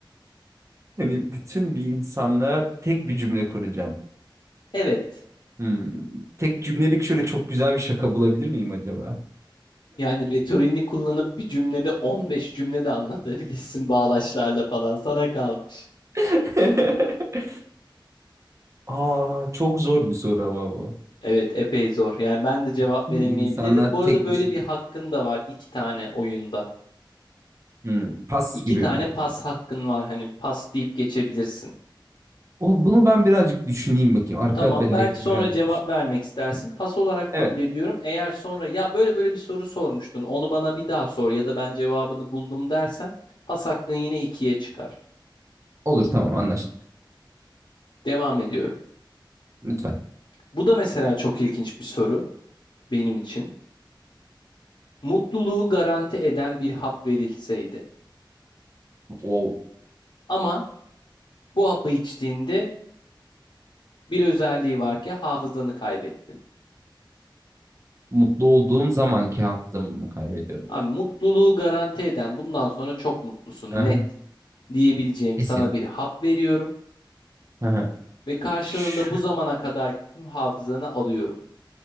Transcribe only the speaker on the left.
Evet.
Yani retorini kullanıp bir cümlede 15 cümle de anlatabilirsin bağlaçlarla falan sana kalmış.
Evet, epey zor. Yani ben de cevap
veremeyebilirdim.
Bu arada
böyle
bir hakkın da var iki tane oyunda.
İki
tane
pas hakkın var. Hani pas deyip geçebilirsin.
Tamam,
belki sonra
cevap
vermek istersin. Pas olarak
kabul ediyorum. Eğer sonra ya böyle böyle bir soru sormuştun, onu bana bir daha sor ya da ben cevabını buldum dersen pas hakkın yine ikiye çıkar.
Devam ediyorum.
Bu da mesela çok ilginç bir soru benim için. Mutluluğu garanti eden bir hap verilseydi.
Ama bu hapı içtiğinde bir özelliği var ki hafızanı kaybettin.
Abi mutluluğu garanti eden bundan sonra çok mutlusun
net diyebileceğim
sana bir hap veriyorum
ve karşılığında
bu zamana kadar tüm hafızanı alıyorum.